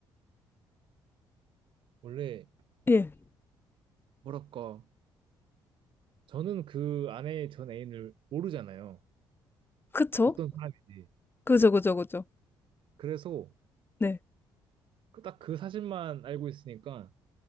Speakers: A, on the right (about 65°); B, on the left (about 25°).
A: 원래
B: 예.
A: 뭐랄까, 저는 그 아내의 전 애인을 모르잖아요.
B: 그쵸?
A: 어떤 사람인지.
B: 그죠, 그죠, 그죠.
A: 그래서
B: 네.
A: 그 딱그 사실만 알고 있으니까